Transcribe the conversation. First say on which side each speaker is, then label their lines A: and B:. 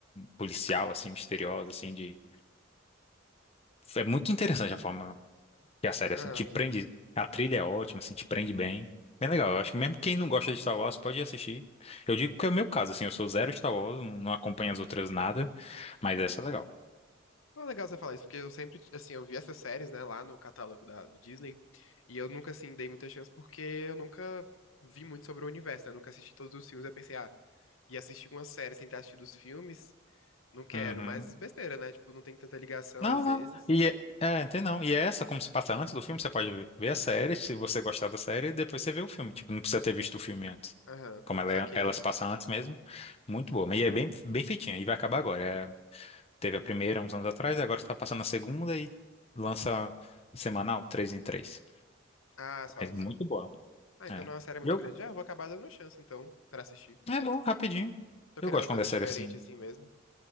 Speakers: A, on the left (about 30°); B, on the left (about 80°).
A: policial, assim, misteriosa, assim, de. É muito interessante a forma que a série,
B: Aham.
A: assim, te prende. A trilha é ótima, assim, te prende bem. Bem legal. Eu acho que mesmo quem não gosta de Star Wars pode assistir. Eu digo que é o meu caso, assim, eu sou zero Star Wars, não não acompanho as outras nada, mas essa é legal.
B: Pô, legal você falar isso, porque eu sempre, assim, eu vi essas séries, né, lá no catálogo da, do Disney, e eu nunca, assim, dei muita chance porque eu nunca vi muito sobre o universo, né, eu nunca assisti todos os filmes, eu pensei, ah, ia assistir uma série sem ter assistido os filmes, Não quero,
A: Uhum.
B: mas besteira, né? Tipo, não tem tanta ligação
A: Não,
B: às
A: não.
B: vezes.
A: E é, é, tem não. E é essa, como se passa antes do filme, você pode ver a série, se você gostar da série, e depois você vê o filme. Tipo, não precisa ter visto o filme antes.
B: Aham,
A: Como ela,
B: saquei.
A: é- ela se passa antes mesmo. Muito boa. Mas e é bem, bem feitinha. E vai acabar agora. É, teve a primeira uns anos atrás, e agora está passando a segunda e lança semanal, três em três.
B: Ah, só,
A: Mas muito
B: só.
A: boa.
B: Ah, então
A: É.
B: não é uma série muito
A: E Eu,
B: grande. Ah, eu vou acabar dando uma chance, então, pra assistir.
A: é bom, rapidinho.
B: Tô querendo
A: Eu gosto
B: uma coisa
A: quando é série
B: diferente
A: assim.
B: assim mesmo.